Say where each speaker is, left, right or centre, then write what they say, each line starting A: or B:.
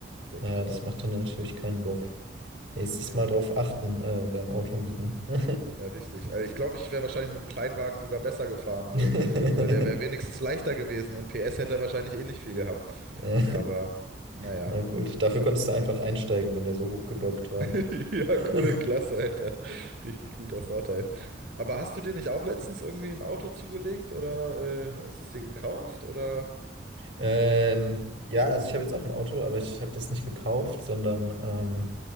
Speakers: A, on the right (about 60°); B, on the right (about 85°).
A: denke
B: Ja,
A: ich
B: das
A: auch.
B: macht dann natürlich keinen Bock. Nächstes
A: Nee.
B: Mal drauf achten, äh, beim Automieten. <laughs>
A: Ja, richtig. Also ich glaube, ich wäre wahrscheinlich mit dem Kleinwagen sogar besser gefahren, so,
B: <laughs>
A: weil der wäre wenigstens leichter gewesen und PS hätte er wahrscheinlich ähnlich viel gehabt.
B: Ja,
A: Aber naja.
B: na gut, dafür konntest du einfach einsteigen, wenn der so hochgebockt war.
A: <laughs> Ja,
B: <laughs>
A: cool, klasse, Alter. Richtig guter Vorteil. Aber hast du dir nicht auch letztens irgendwie ein Auto zugelegt oder äh, hast du es dir gekauft oder?
B: Ähm, ja, also ich habe jetzt auch ein Auto, aber ich habe das nicht gekauft, sondern ähm,